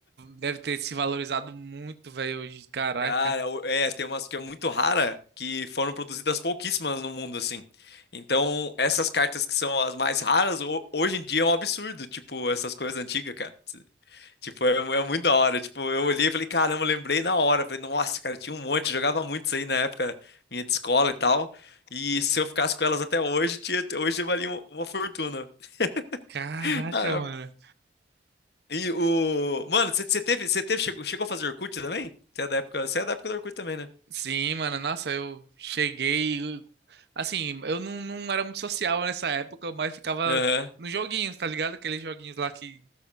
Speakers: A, on the right; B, on the left.
A: deve ter se valorizado muito, velho, hoje. Caraca.
B: Cara, o- é, tem umas que é muito rara que foram produzidas pouquíssimas no mundo, assim. Então, essas cartas que são as mais raras, ho- hoje em dia é um absurdo, tipo, essas coisas antigas, cara. Tipo, é, mu- é muito da hora. Tipo, eu olhei e falei, caramba, eu lembrei na hora. Falei, nossa, cara, tinha um monte, eu jogava muito isso aí na época minha de escola e tal. E se eu ficasse com elas até hoje, tinha, hoje valia uma, uma fortuna.
A: Caraca,
B: <laughs>
A: mano.
B: Ah, e o. Mano, você você teve, você teve, chegou, chegou a fazer Orkut também? Você é da época, você é da época do Orkut também, né?
A: Sim, mano, nossa, eu cheguei. Assim, eu não, não era muito social nessa época, mas ficava
B: Aham.
A: nos joguinhos, tá ligado? Aqueles joguinhos lá que